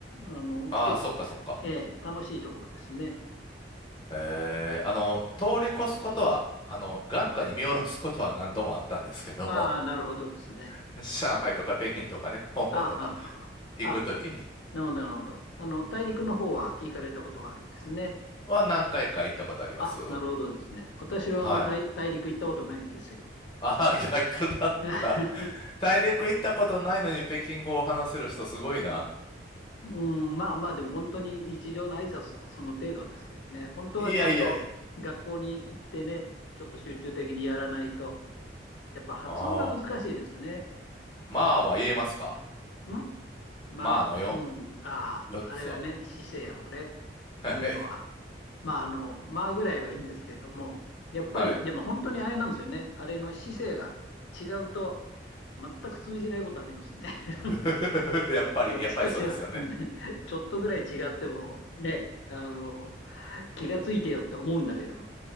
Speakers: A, on the left; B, on the left.
A: あの、
B: ああ、
A: 来て、
B: そっかそっか。
A: ええ、楽しいところですね。
B: ええ、あの、通り越すことは、あの、眼下に見下ろすことは何度もあったんですけど、
A: ああ、なるほどですね。
B: <laughs> 上海とか北京とかね、香港とか
A: ああ、ははは。
B: 行くときに
A: あなるほど、なるほど。あの、大陸の方は行かれたことがあるんですね。
B: は何回か行ったことあります。
A: あ、なるほどですね。私はあの大、
B: はい。
A: 大陸行ったことないんですよ。
B: ああ、逆だった。
A: <laughs>
B: <laughs> 大陸行ったことないのに北京語を話せる人すごいな。
A: うん、まあまあ、でも本当に日常の挨拶とかその程度ですけどね。本当はちゃんと学校に行ってね、
B: いやいやいや。
A: ちょっと集中的にやらないと、やっぱ発音が難しいですね。
B: ああ、まあは言えますか。
A: んまあ、
B: まあのよ、
A: うん、ああ、
B: 4つは。
A: あれはね、姿勢をね。
B: はい。
A: いうのは、まあ、あの、まあぐらいはいいんですけれども、やっぱり、
B: はい。
A: でも本当にあれなんですよね。あれの姿勢が違うと、全く通じないことありますね。<laughs>
B: <laughs>
A: なんか、
B: やっぱり、
A: こっちとしては、
B: やっぱりそうですよね。
A: うんちょっとぐらい違っても、ね、あの、気がついてよって思うんだけど、